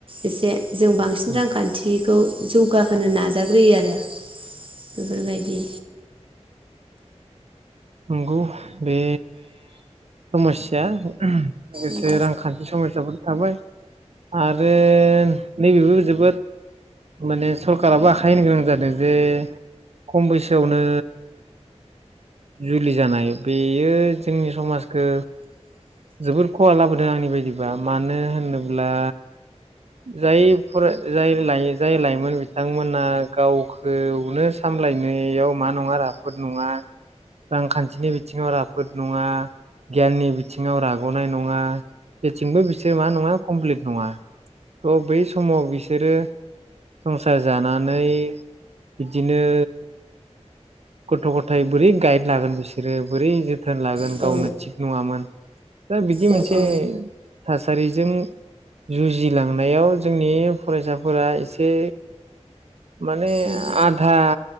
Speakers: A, on the right; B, on the right.
A: एसे जों बांसिन
B: उम
A: रांखान्थि खौ जौगाहोनो नाजाग्रोयो आरो बेफोरबायदि
B: नोंगौ बे समस्या लोगोसे
A: उम
B: रांखान्थि समसाबो थाबाय आरो नैबेबो जोबोद माने सरकाराबो आखाय होनो गोनां जादों जे खम बैसोआवनो जुलि जानाय बेयो जोंनि समाजखौ जोबोर खहा लाबोदों आंनि बायदिबा मानो होनोब्ला जाय फराय जाय जाय लाइमोन बिथांमोना गावखौनो सामलायनायाव मा नङा राफोद नङा रांखान्थिनि बिथिङाव राफोद नङा गियाननि बिथिङाव राग'नाय नङा बेथिंबो बिसोर मा नङा कमप्लिट नङा थ' बै समाव बिसोरो संसार जानानै बिदिनो गथ' गथायाइ बोरै गाइड लागोन बिसोरो बोरै जोथोन लागोन
A: उम औ
B: गावनो थिग नङामोन दा बिदि
A: औ
B: मोनसे
A: औ
B: सास सारिजों जुजिलांनायाव जोंनि फरायसाफोरा एसे माने
A: उम
B: आधा